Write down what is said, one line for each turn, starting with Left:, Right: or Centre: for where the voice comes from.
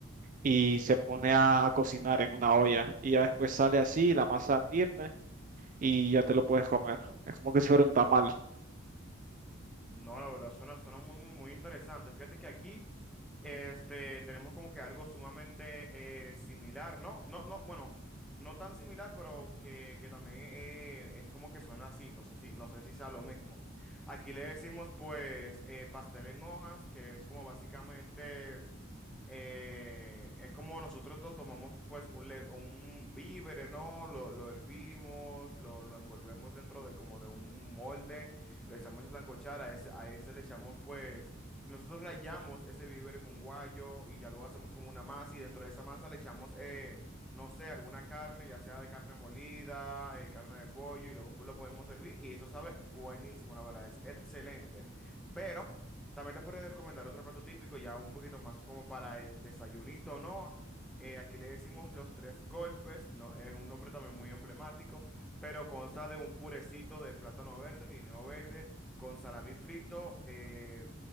Right: y
Centre: Ujú.
Right: se pone a, a cocinar en una olla. Y ya después sale así, la masa firme y ya te lo puedes comer. Es como que si fuera un tamal.
Centre: No, la verdad suena, suena muy, muy, muy interesante. Fíjate que aquí este, tenemos como que algo sumamente eh, similar, ¿no? No, no, bueno, no tan similar, pero que, que también eh, es como que suena así. No sé si, no sé si sea lo mismo. Aquí le decimos pues eh, pastel en hojas, que es como básicamente... eh, es como nosotros to- tomamos pues un, le- un víver, ¿no? Lo, lo hervimos, lo, lo envolvemos dentro de como de un molde, lo echamos a sancochar, a ese, a ese le echamos pues, nosotros rayamos ese víver en un guayo y ya luego hacemos como una masa y dentro de esa masa le echamos, eh, no sé, alguna carne, ya sea de carne molida, eh, carne de pollo y luego pues, lo podemos servir y eso sabe buenísimo, la verdad, es excelente. Pero... También te podría recomendar otro plato típico, ya un poquito más como para el desayunito, ¿no? Eh, aquí le decimos los tres golpes, ¿no? Es un nombre también muy emblemático, pero consta de un purecito de plátano verde, guineo verde, con salami frito, eh,